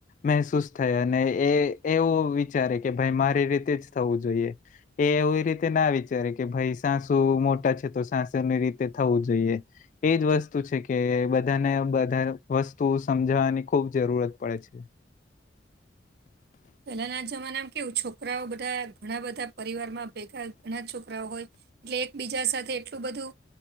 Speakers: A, on the left (about 40°); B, on the right (about 55°).
A: મહેસૂસ થઈ અને એ એવું વિચારે કે ભાઈ મારી રીતે જ થવું જોઈએ એ એવું એ રીતે ના વિચારે કે ભાઈ સાસુ મોટા છે તો સાસુની રીતે થવું જોઈએ. એજ વસ્તુ છે કે બધાને બધા વસ્તુ સમજાવાની ખૂબ જરૂરત પડે છે.
B: <inaudible> પહેલાના જમાનામાં કેવું છોકરાઓ બધા ઘણા બધા પરિવારમાં ભેગા ઘણા છોકરાઓ હોય. એટલે એકબીજા સાથે એટલું બધું